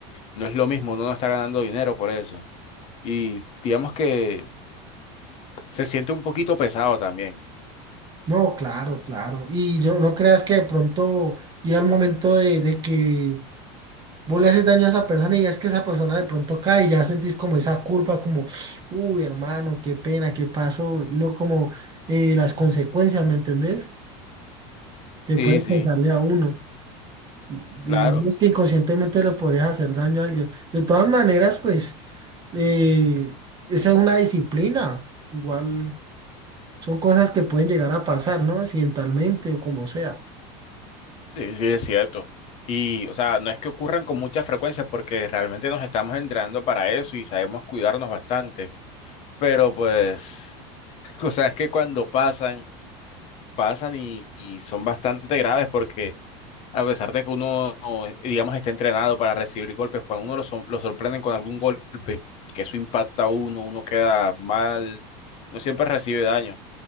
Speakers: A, on the left; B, on the right.
A: No es lo mismo, uno no está ganando dinero por eso. Y digamos que se siente un poquito pesado también.
B: No, claro, claro. Y yo no creas que de pronto llega el momento de, de que Vos le haces daño a esa persona y ves que esa persona de pronto cae y ya sentís como esa culpa como, uy, hermano, qué pena, qué pasó, y uno como eh, las consecuencias, ¿me entendés? Que
A: Sí,
B: pueden
A: sí,
B: pensarle a uno. Digamos
A: claro,
B: que inconscientemente le podrías hacer daño a alguien. De todas maneras, pues, eh, esa es una disciplina. Igual son cosas que pueden llegar a pasar, ¿no? Accidentalmente o como sea.
A: sí, sí, es cierto. Y, o sea, no es que ocurran con mucha frecuencia porque realmente nos estamos entrenando para eso y sabemos cuidarnos bastante. Pero pues, <laughs> o sea, es que cuando pasan... pasan y, y son bastante graves porque a pesar de que uno, digamos, está entrenado para recibir golpes, cuando uno lo, sor- lo sorprenden con algún golpe, que eso impacta a uno, uno queda mal, no siempre recibe daño.